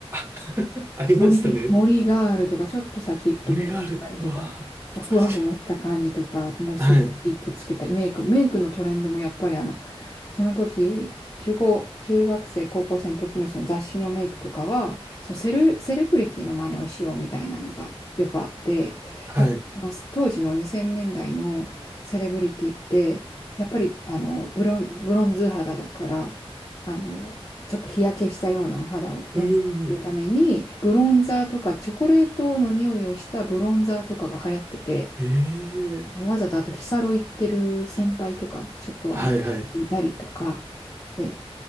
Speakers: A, on the right; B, on the left.
A: <laughs> ありましたね。
B: 森、森があるとか、ちょっと先行くと森があるとか、
A: 森がある。うわぁ、
B: ふわふわした感じとか、
A: 懐かしい。
B: もうすごいくっつけたい。
A: はい。
B: メイク、メイクのトレンドもやっぱりあの、その時、中高、中学生、高校生の時のその雑誌のメイクとかは、そのセル、セレブリティの真似をしようみたいなのがよくあって、
A: はい。
B: やっぱその当時の2000年代のセレブリティって、やっぱりあのブロン、ブロンズ肌だから、あの、ちょっと日焼けしたようなお肌を演するために、
A: うーん。
B: ブロンザーとか、チョコレートの匂いをしたブロンザーとかが流行ってて、
A: ええ
B: わざとあと、ヒサロ行ってる先輩とか、ちょっとあのいたりとか、
A: はいはい。
B: で、